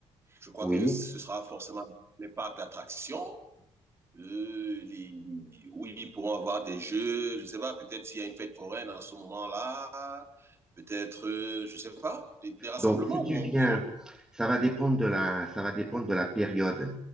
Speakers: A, on the right; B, in the centre.
A: je crois
B: Oui.
A: que ce sera forcément les parcs d'attractions euh, les- oui, ils pourront avoir des jeux, je ne sais pas, peut-être s'il y a une fête foraine en ce moment-là, peut-être, euh, je ne sais pas, des, des rassemblements
B: Donc, si tu
A: où
B: viens,
A: on, puis on
B: ça va dépendre de la, ça va dépendre de la période.